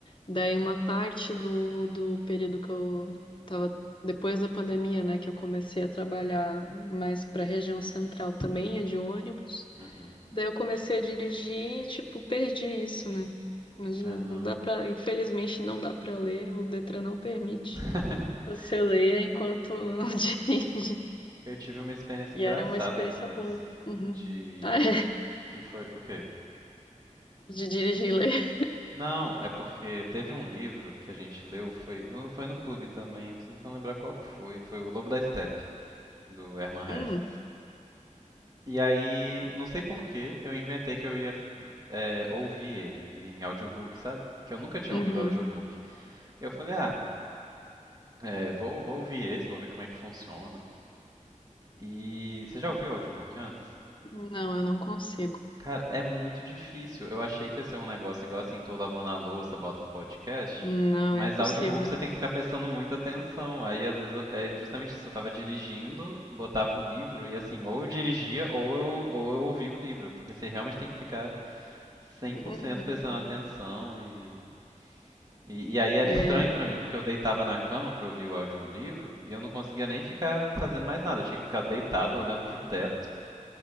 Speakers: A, on the left (about 40°); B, on the right (about 30°).
A: Daí uma parte do, do período que eu tava depois da pandemia, né, que eu comecei a trabalhar mais para a região central também, é de ônibus.
B: Uhum.
A: Daí eu comecei a dirigir, e, tipo, perdi isso, né? Imagina,
B: Aham.
A: não dá para, infelizmente não dá para ler, o Detran não permite.
B: <laughs>
A: Você lê enquanto <laughs> dirige.
B: Eu tive uma experiência
A: E
B: engraçada
A: era uma experiência
B: com
A: boa.
B: isso.
A: Uhum.
B: De.
A: Ah, é,
B: Que foi. O quê?
A: de dirigir e ler.
B: Não, é porque teve um livro que a gente leu, foi, foi no clube também, eu tô tentando lembrar qual que foi. Foi O Lobo da Steppe, do Hermann Hesse.
A: Hum,
B: E aí, não sei por que, eu inventei que eu ia é, ouvir ele em audiobook, sabe? Que eu nunca tinha
A: uhum.
B: ouvido audiobook. E eu falei, ah, é, vou, vou ouvir esse, vou ver como é que funciona. E você já ouviu audiobook antes?
A: Não, eu não consigo.
B: Cara, é muito difícil. Eu achei que ia ser um negócio igual assim, tô lavando a louça, bota um podcast,
A: Não,
B: mas
A: é impossível.
B: audiobook você tem que ficar prestando muita atenção. Aí às vezes eu- é justamente isso, eu tava dirigindo, botava o livro e assim, ou eu dirigia ou eu, ou eu ouvia o livro, porque você realmente tem que ficar cem
A: Uhum.
B: por cento prestando atenção e e, e aí era
A: É,
B: estranho pra mim, porque eu deitava na cama pra ouvir o audiolivro e eu não conseguia nem ficar fazendo mais nada. Eu tinha que ficar deitado olhando pro teto